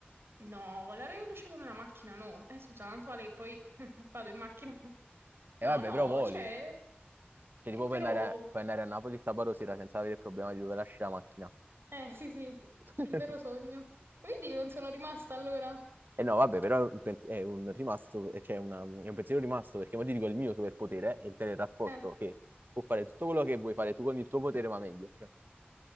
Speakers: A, on the right; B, on the right.
A: no, volare veloce come una macchina, no. Eh, scusa, tanto vale che poi <laughs> vado in macchina. No,
B: E vabbè,
A: no,
B: però voli.
A: cioè,
B: Cioè,
A: eh,
B: tipo
A: però,
B: puoi andare a, puoi andare a Napoli sabato sera senza avere il problema di dove lasci la macchina.
A: eh, sì, sì,
B: <laughs>
A: il vero sogno. Vedi che non sono rimasta allora?
B: E no, vabbè, però un pen- è un rimasto, eh, cioè una- è un pensiero rimasto, perché mo ti dico il mio superpotere è il teletrasporto,
A: Eh,
B: che può fare tutto quello che vuoi fare tu con il tuo potere, ma meglio. Cioè,